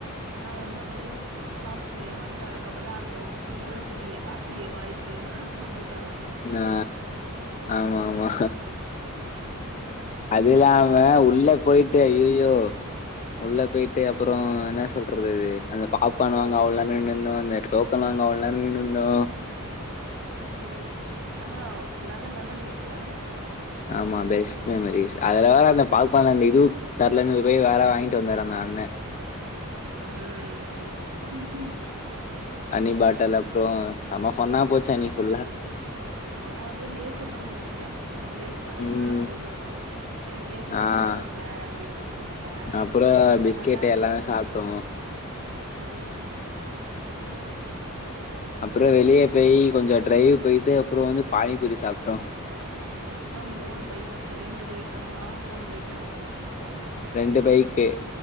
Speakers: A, on the right; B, on the left.
A: நா வந்து அப்டியே சாப்னே வண்ட்ட அதுக்கப்ப தா அங்க நீ கூட இருந்தியே பாத்தியே வாய் ஃபுல்லா சமோஸ்
B: ஆ ஆமா ஆமா அது இல்லாம
A: ஒரு செம
B: உள்ள
A: பைய
B: போய்ட்டு அய்யயோ யோ உள்ள போய்ட்டு அப்புறோ என்ன சொல்றது இது அந்த பாப்கார்ன் வாங்க அவ்ளோ <unintelligible> நந்தோம் அந்த டோக்கன் வாங்க அவ்ளோ நேரோ நின்னுந்தோ
A: ம் ஆனா நல்ல மெமரிஸ்ல
B: ஆமா பெஸ்ட் மெமரிஸ் அதுல வேற அந்த பாப்கான்ல அந்த இதுவு தர்லன்னு போய் வேற வாங்கிட்டு வந்தாரு அந்த அண்ண
A: ம் ம்
B: அண்ணி பாட்டல் அப்றோ செம ஃபன்னா போச்சு அன்னீக்குள்ள
A: நா வந்து லேசோட முடிச்சுட்ட எனக்கு லேஸ் மட்டுந்தா
B: ம்
A: போது எனக்கு லேஸ் மட்டு
B: ஆ
A: போதுங்க அப்டின்‌ நா சொல்ட்ட
B: அப்புறோ பிஸ்கெட்
A: அன்னால
B: எல்லாமே சாப்ட்டோ
A: ம்
B: அப்றோ வெளிய பேய் கொஞ்சோ ட்ரைவ் போய்ட்டு அப்றோ வந்து பானிபூரி சாப்
A: மொத்தம் மூணு பைக் ரெண்டு பைக் தா மூனு பைக்கா
B: ரெண்டு பைக்கு